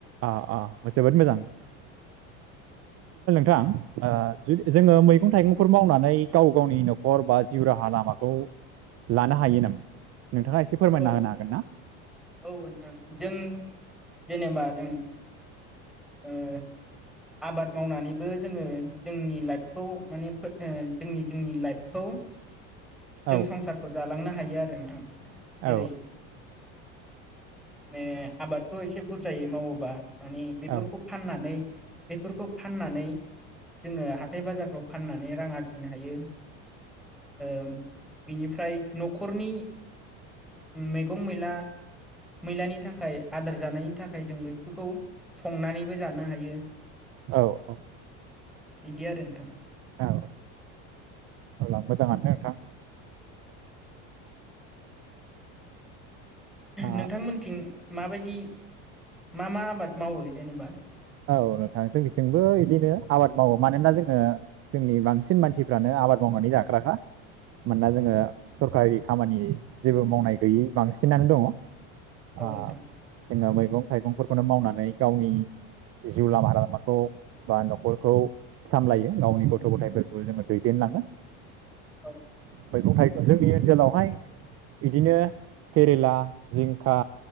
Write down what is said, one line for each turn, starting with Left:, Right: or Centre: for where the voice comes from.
Right: अ अ जोबोद मोजां थां ओ। जु जोङो मैगं थाइगं। फोरफोर मावनानै गाव गावनि न'खर बा जिउ राहा लामाखौ लानो हायो नामा। नोंथाङा एसे फोरमायना
Centre: औ-औ
Right: होनो हागोन ना
Centre: नोंथां जों जेनेबा। जों ओ। आबाद मावनानैबो जोङो जोंनि लाइफखौ माने जोंनि-जोंनि लाइफखौ। जों
Right: औ
Centre: संसारखौ जालांनो हायो आरो नोंथां।
Right: औ
Centre: जेरै ने आबादखौ एसे बुरजायै मावोबा माने बेफोरखौ
Right: औ
Centre: फाननानै बेफोरखौ फाननानै जोङो हाथाय बाजारफ्राव फाननानै रां आरजिनो हायो। ओम बिनिफ्राय न'खरनि मैगं मैला मैलानि थाखाय आदार जानायनि थाखाय जों बेफोरखौ संनानैबो जानो हायो।
Right: औ औ
Centre: बिदि आरो नोंथां।
Right: औ अब्ला मोजाङानो नोंथां। आ
Centre: नोंथां मोनथिं माबायदि मा मा आबाद मावो जेनेबा?
Right: औ नोंथां जोंनिथिंबो बिदिनो आबाद मावो मानोना जोङो जोंनि बांसिन मानसिफ्रानो आबाद मावनानै जाग्राखा। मानोना
Centre: औ
Right: जोङो सरकारि खामानि जेबो मावनाय गैयै बांसिनानो दङ।
Centre: औ
Right: आ
Centre: नोंथां
Right: जोङो मैगं थाइगंफोरखौनो मावनानै गावनि जिउ लामा लामाखौ बा न'खरखौ सामलायो गावनि गथ' गथायफोरखौ जोङो दैदेनलाङो।
Centre: औ
Right: मैगं थाइगं जोंनि ओनसोलावहाय बिदिनो केरेला, जिंखा,